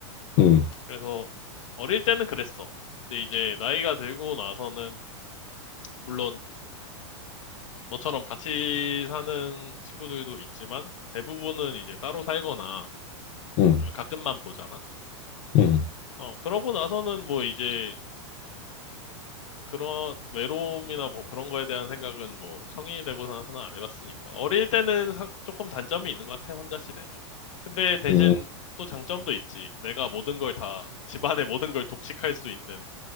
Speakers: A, on the left; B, on the left.
A: 음,
B: 그래서 어릴 때는 그랬어. 근데 이제 나이가 들고 나서는 물론 너처럼 같이 사는 친구들도 있지만 대부분은 이제 따로 살거나
A: 음,
B: 아니면 가끔만 보잖아.
A: 음,
B: 어, 그러고 나서는 뭐 이제 그런 외로움이나 뭐 그런 거에 대한 생각은 뭐 성인이 되고 나서는 안 해봤으니까. 어릴 때는 사- 조금 단점이 있는 것 같아, 혼자 지내면. 근데 대신
A: 음,
B: 또 장점도 있지. 내가 모든 걸 다, 집안의 모든 걸 독식할 수 있는